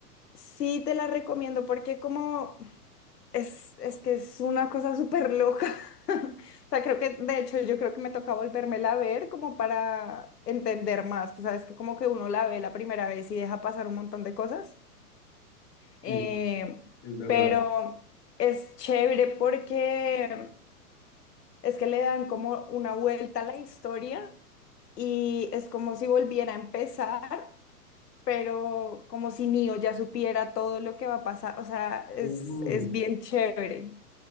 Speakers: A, on the left; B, on the left.
A: Sí, te la recomiendo porque como es, es que es una cosa súper loca. <laughs> O sea, creo que, de hecho, yo creo que me toca volvérmela a ver como para entender más. Tú sabes que como que uno la ve la primera vez y deja pasar un montón de cosas. Eh,
B: Sí, sí, es verdad.
A: pero es chévere porque es que le dan como una vuelta a la historia y es como si volviera a empezar. pero como si Neo ya supiera todo lo que va a pasar, o sea, es,
B: Oh,
A: es bien chévere.